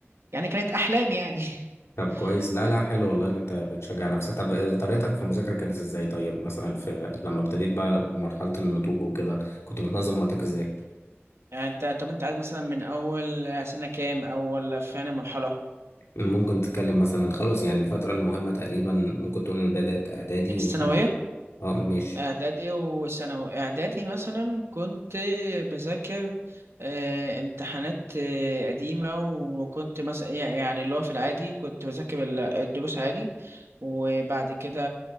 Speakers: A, on the right (about 70°); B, on the left (about 80°).
A: يعني كانت احلام يعني
B: طب كويس
A: <laughs>
B: لا لا حلو والله ان انت بتشجع نفسك طب آه، طريقتك في المذاكره كانت ازاي طيب مثلا في لما ابتديت بقى مرحله النضوج وكده كنت بتنظم وقتك ازاي
A: انت طب انت عايز مثلا من اول سنة كام اول في يعني مرحلة
B: ممكن تتكلم مثلا خلاص يعني الفتره المهمه تقريبا ممكن تقول من بدايه اعدادي وثانوي
A: الثانوية
B: اه ماشي
A: إعدادي وثانوي إعدادي مثلا كنت بذاكر آه، امتحانات آه، قديمة وكنت مثلا يعني اللي هو في العادي كنت بذاكر ال- الدروس عادي وبعد كده